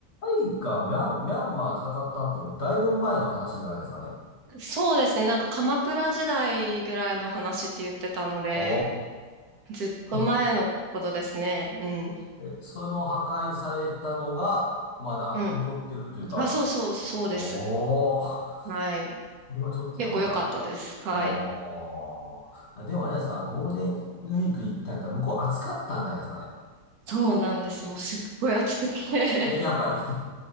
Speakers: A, on the left (about 50°); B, on the right (about 65°).
A: イがミャン、ミャンマー戦ったんってもうだいぶ前の話じゃないですかね。
B: そうですね、なんか鎌倉時代ぐらいの話って言ってたので、
A: お
B: ずっと前のことですね。
A: ー。
B: うん。
A: <laughs> え、その破壊されたのが、まだ残ってるというか、
B: うんあ、そうそう、そうです。
A: おー。
B: はい。
A: これはちょっとなんか、
B: 結構良かったです。はい。
A: おー。あでもあれですか、ゴールデンウィークに行ったんやったら向こう暑かったんじゃないですかね。
B: そうなんですよ。もうすっごい暑くて <laughs>
A: いや、やっぱり